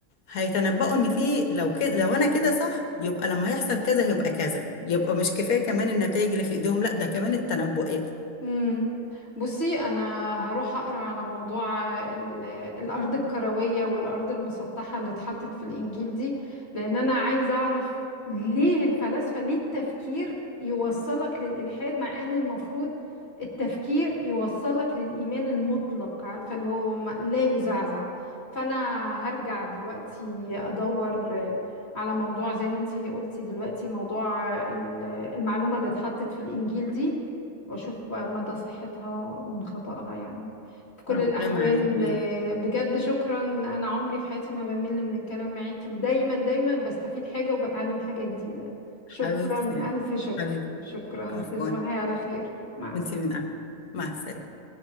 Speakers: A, on the left; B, on the left.
A: هيتنبؤوا ان في لو كده لو انا كده صح يبقى لما يحصل كذا هيبقى كذا يبقى مش كفاية كمان النتائج اللي في ايديهم لا ده كمان التنبؤات
B: امم بصي انا هروح اقرا على موضوع ال- الارض الكرويه والارض المسطحه اللي اتحطت في الانجيل دي لان انا عايزه اعرف ليه الفلاسفه ليه التفكير يوصلك للالحاد مع ان المفروض التفكير يوصلك للايمان المطلق عارفه اللي هو ما- لا يزعزع فانا هرجع دلوقتي ادور آه، على موضوع زي ما انتي قلتي دلوقتي موضوع آه، ال- المعلومه اللي اتحطت في الانجيل دي واشوف بقى مدى صحتها من خطأها يعني في كل
A: ربنا
B: الاحوال
A: معاكي
B: آه، بجد شكرا انا عمري في حياتي ما بمل من الكلام معاكي ودايما دايما بستفيد حاجة وبتعلم حاجة جديدة شكرا
A: حبيبتي
B: الف شكر
A: حبيبتي
B: شكرا
A: عفوا
B: تصبحي على خير مع
A: وانتي
B: السلامة
A: من أهل مع السلامة